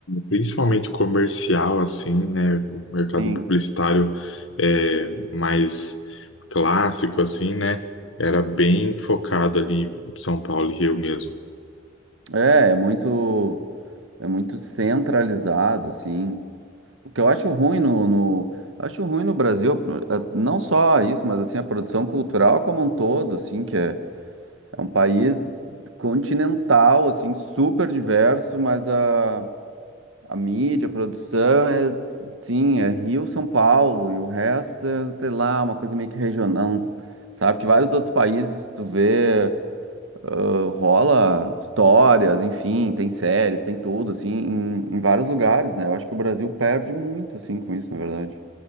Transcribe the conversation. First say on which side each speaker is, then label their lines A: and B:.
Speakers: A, on the left (about 80°); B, on the right (about 90°).
A: principalmente comercial, assim, né? O mercado
B: sim,
A: publicitário é, mais clássico, assim, né? Era bem focado ali em São Paulo e Rio mesmo.
B: é, é muito, é muito centralizado, assim. O que eu acho ruim no, no- acho ruim no Brasil, eh, não só isso, mas assim a produção cultural como um todo, assim, que é, é um país continental, assim, super diverso, mas a, a mídia, a produção é, sim, é Rio, São Paulo e o resto é, sei lá, uma coisa meio que regional, sabe? Que vários outros países tu vê, ah, rola histórias, enfim, tem séries, tem tudo, assim, em, em vários lugares, né? Eu acho que o Brasil perde muito, assim, com isso, na verdade.